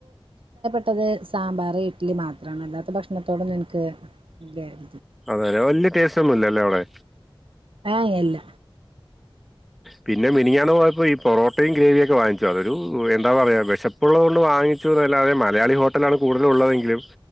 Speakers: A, on the right (about 75°); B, in the centre.
A: ഇത്തത് സാമ്പാർ ഇഡലി മാത്രമാണ് അല്ലാത്ത ഭക്ഷണത്തോടൊന്നും എനിക്ക് ഇല്ലായിും
B: അതെ വലിയ ടെസ്റ്റ്‌ ഒന്നുമല്ലോ അല്ല അവിടെ
A: ആഹ അല്ല
B: പിന്നെ മിനഞ്ഞാണ് പോയപ്പോ ഈ പൊറോട്ടയും ഗ്രേവിയൊക്കെ വാങ്ങിച്ചു അതൊരു എന്താ പറയാ വിശപ്പുള്ളത് കൊണ്ട് വാങ്ങിച്ചുല്ലാതെ മലയാളി ഹോട്ടലാണ് കൂടുതലും ഉള്ളതെങ്കിലും